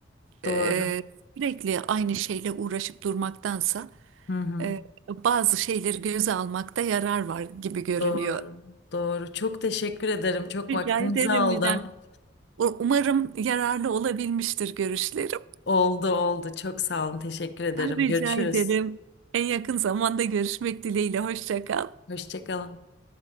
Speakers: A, on the left (about 60°); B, on the right (about 80°).
A: Doğru.
B: e, sürekli aynı şeyle uğraşıp durmaktansa
A: Hı hı.
B: e, bazı şeyleri göze almakta yarar var gibi görünüyor.
A: Doğru. Doğru. Çok teşekkür ederim. Çok
B: Rica
A: vaktinizi
B: ederim
A: aldım.
B: İrem. U- Umarım yararlı olabilmiştir görüşlerim.
A: Oldu oldu. Çok sağ olun. Teşekkür ederim.
B: Rica
A: Görüşürüz.
B: ederim. En yakın zamanda görüşmek dileğiyle. Hoşça kal.
A: Hoşça kalın.